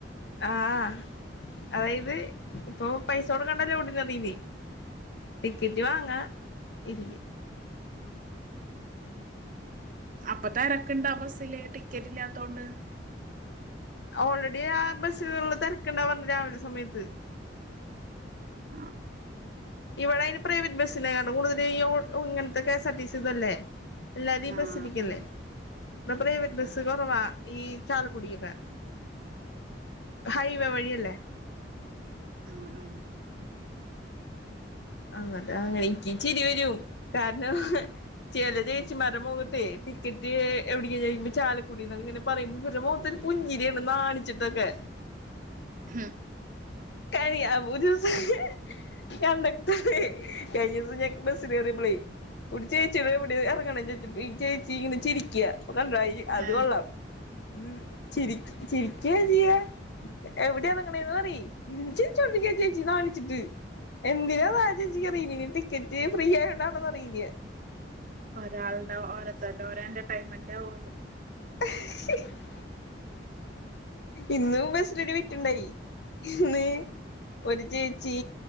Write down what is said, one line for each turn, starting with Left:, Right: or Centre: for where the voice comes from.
Left: ആഹ് അതായത് ഇപ്പൊ പൈസ കൊടുക്കണ്ടല്ലേ ഓർഡിനറിയിൽ. ടിക്കറ്റ് വാങ്ങ ഇരിക്ക.
Right: അപ്പ തിരക്ക് ഉണ്ടാ ബസ്സില് ടിക്കറ്റ് ഇല്ലാത്തോണ്ട്.
Left: ഓൾറെഡി ആ ബസ്സുകളിൽ തിരക്കുണ്ട് രാവിലെ സമയത്ത്.
Right: ആഹ്
Left: ഇവിടെ അതിന് പ്രൈവറ്റ് ബസ്സിലാ കയറുന്നത് കൂടുൽ ഇങ്ങനത്തെ K S R T C ഇതല്ലേ. എല്ലാത
Right: ആഹ്
Left: ബസ്സ ഇരിക്കല്ലേ അപ്പ പ്രൈവറ്റ് ബസ് കുറവാ ഈ ചാലക്കുടിയൊക്കാ ഹൈവേ വഴിയല്ലേ.
Right: ആഹ് ആഹ്
Left: അങ്ങട്ടെ അങ്ങനെ എനിക്ക് ചിരി വരും കാരണം. ചില ചേച്ചിമാരടെ മൊകത്തെ ടിക്കറ്റ് എവിടെക്ക ചൊയ്ക്കുമ്പോ ചാലക്കുടി എന്നങ്ങനെ പറുയുമ്പോ അവർടെ മൊകത്ത് പുഞ്ചിരിയാണ് നാണിച്ചിട്ടൊക്കെ
Right: ഉം
Left: കനിയ <unintelligible> കണ്ടക്ടർ കഴിഞ്ഞ ദിവസം ഞങ്ങ ബസ്സിൽ കയറിയപ്പൊളെ ഒരു ചേച്ചിയൊട് എവിടെയാ എറ കണ്ണൻ ചൊച്ച പൊ ഈ ചേച്ചി ഇങ്ങനെ ചിരിക്ക കണ്ട അത്
Right: ഏ
Left: കൊള്ളാം ഉം ചിരി ചിരിക്കയാ ചെയ്യ എവിടെയാ ഇറങ്ങനെന്ന് പറി ഇരന്ന് ചിരിച്ചൊണ്ടിരിക്ക ചേച്ചി നാണിച്ചിട്ട് എന്തിനാന്ന് ആ ചേച്ചിക്ക് അറയില്ല ഇനി ടിക്കറ്റ് ഫ്രീ ആയിട്ടാണോന്ന് അറിയില്ല
Right: ഒരാളുടെ ഓരതരുടെ ഓര എന്റർടൈൻ മെന്റ് ആവും അത്
Left: <inaudible> ഇന്നും ബസ്സിലിരു വിട്ടുണ്ടായി ഇന്ന് ഒരു ചേച്ചി